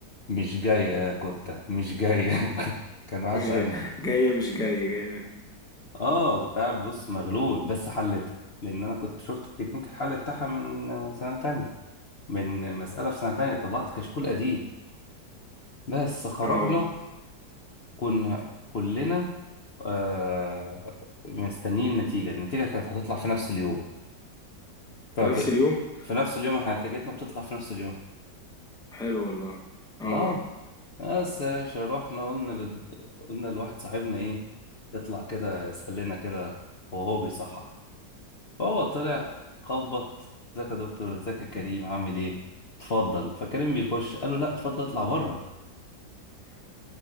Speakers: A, on the left (about 45°); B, in the centre.
A: مش جاية يا كتة مش جاية <laughs> كان واحد
B: مش جاي
A: صاحبنا
B: جاية مش جاية جاية
A: اه كنت قاعد بص مغلول بس حلتها لان انا كنت شفت التكنيك الحل بتاعها من آه، سنه تانية من مساله في سنه تانية طلعت كشكول قديم بس خرجنا
B: اه
A: كنا كلنا آه مستنيين النتيجه النتيجه كانت هتطلع في نفس اليوم فب...
B: في نفس اليوم
A: في نفس اليوم احنا نتيجتنا بتطلع في نفس اليوم
B: حلو والله اه
A: اه بس يا باشا رحنا قلنا ل... قلنا لواحد صاحبنا ايه اطلع كده اسال لنا كده وهو بيصحح فهو طلع خبط ازيك يا دكتور ازيك يا كريم عامل ايه اتفضل فكريم بيخش قال له لا اتفضل اطلع بره